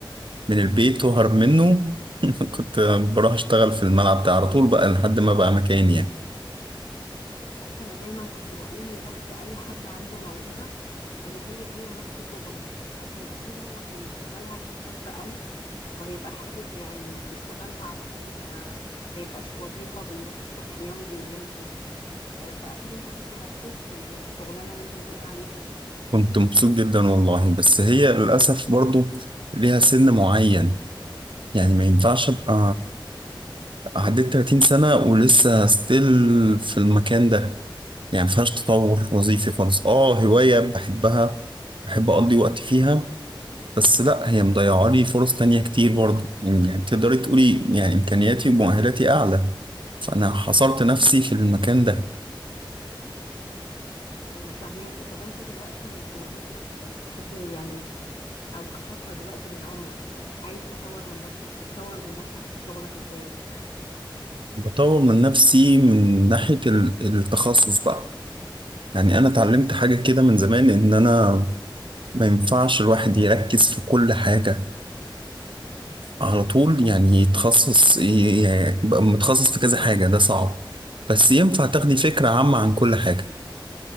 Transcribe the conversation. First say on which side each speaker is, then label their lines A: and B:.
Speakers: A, on the right; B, on the left.
A: من البيت وهرب منه <laughs> كنت بروح اشتغل في الملعب ده على طول بقى لحد ما بقى مكاني يعني
B: انت عارف انا دايما كنت بقول يا بخت اي حد عنده موهبة آه، هي هي نفس شغله عشان اكيد هو هيشتغلها بحب قوي وهيبقى حابب يعني يشتغلها على طول ما ما يبقاش وظيفة بيروح الصبح يمضي ويمشي آه، فاكيد انت كنت مبسوط في الشغلانة اللي انت بتقول عليها دي
A: كنت مبسوط جدا والله بس هي للأسف برضو ليها سن معين يعني ما ينفعش ابقى عديت 30 سنة ولسه ستيل في المكان ده يعني ما فيهاش تطور وظيفي خالص اه هواية بحبها بحب أقضي وقت فيها بس لا هي مضيعة لي فرص تانية كتير برضو يعني تقدري تقولي يعني إمكانياتي ومؤهلاتي أعلى فأنا حصرت نفسي في المكان ده
B: ايوه فهماك طب انت دلوقتي في وظيفتك لما بتحب يعني او كفتره دلوقتي من عمرك عايز تطور من نفسك بتطور من نفسك في شغلك ازاي
A: بطور من نفسي من ناحية ال- التخصص بقى يعني أنا اتعلمت حاجة كده من زمان إن أنا ما ينفعش الواحد يركز في كل حاجة على طول يعني يتخصص ي- يعني يبقى متخصص في كذا حاجة ده صعب بس ينفع تاخدي فكرة عامة عن كل حاجة